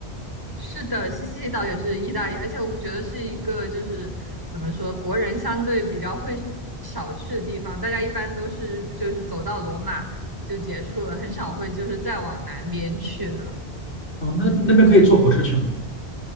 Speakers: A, on the right (about 20°); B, on the left (about 80°).
A: 是的，西西里岛也是意大利，而且我觉得是一个就是怎么说，国人相对比较会少去的地方。大家一般都是就是走到罗马就结束了，很少会就是再往南边去了。
B: 哦，那那边可以坐火车去吗？